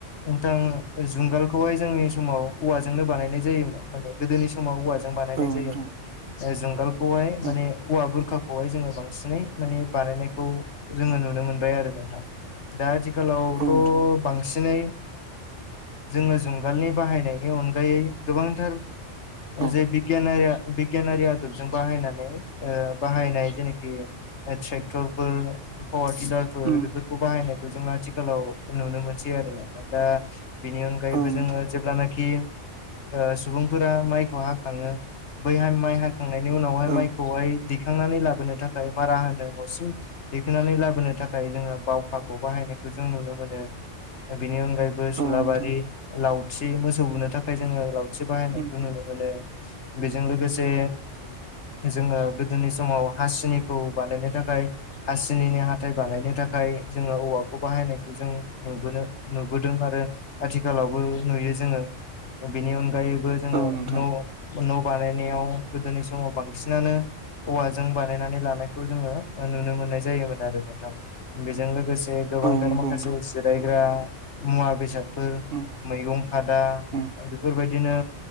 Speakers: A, on the left; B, on the right.
A: नोंथां जुंगालखौहाय जोंनि समाव औवाजोंनो बानायनाय जायोमोन माने गोदोनि समाव औवाजों बानायनाय
B: औ
A: जायोमोन
B: नोंथां
A: ओ जुंगालखौहाय
B: औ
A: माने औवा बुरखा खौहाय जोङो बांसिनै माने बानायनायखौ जोङो नुनो मोनबाय आरो नोंथां। दा आथिखालाव
B: औ
A: थ'।
B: नोंथां
A: बांसिनै जोङो जुंगालनि बाहायनायनि अनगायै गोबां थोर
B: औ
A: जे बिगियानारिया बिग यानारि आदबजों बाहायनानै ओ बाहायनाय जेनाखि ओ थ्रेक्टरफोर पावारटिलार फोर बो‌‌
B: उम
A: बेफोरखौ बाहायनायखौ जों आथिखालाव नुनो मोनसै आरो दा बिनि अनगायैबो
B: औ नोंथां
A: जोङो जेब्लानाखि ओ सुबुंफोरा माइखौ हाखाङो। बैहाय माइ हाखांनायनि उनावहाय
B: औ
A: माइखौहाय‌‌ दि खांनानै लाबोनो थाखाय मारा होनो न'सिम दैखोननानै लाबोनो थाखाय जोङो बावखाखौ बाहायनायखौ जों नुनो मोनो। बेनि अनगायै बो सुलाबारि
B: औ नोंथां
A: लावथि मोसौ बुनो थाखाय जोङो लावथि बाहायनायखौ
B: उम
A: नुनो मोनो बेजों लोगोसे जोङो गोदोनि समाव हासिनिखौ बानायनो थाखाय हासिनिनि हाथाय बानायनो थाखाय जोङो औवाखौ बाहायनायखौ जों नो नुबोनो नुबोदों आरो आथिखालावबो नुयो जोङो। बेनि अनगायैबो जोङो
B: औ नोंथां
A: न न' बानायनायाव गोदोनि समाव बांसिनानो औवाजों बानायनानै लानायखौ जोङो ओ नुनो मोननाय जायोमोन आरो नोंथां बेजों लोगोसे गोबांथार
B: औ नंगौ
A: माखासे
B: नोंथां
A: जिरायग्रा मुवा बेसाद फोर
B: उम
A: मैगं खादा
B: उम
A: बेफोरबायदिनो